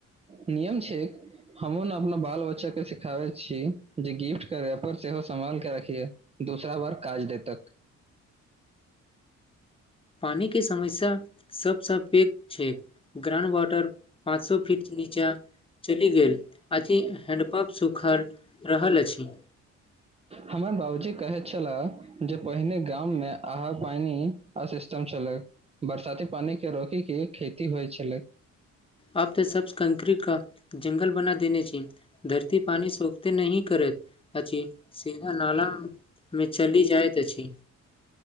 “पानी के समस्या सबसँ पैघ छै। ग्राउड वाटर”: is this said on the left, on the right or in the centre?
Left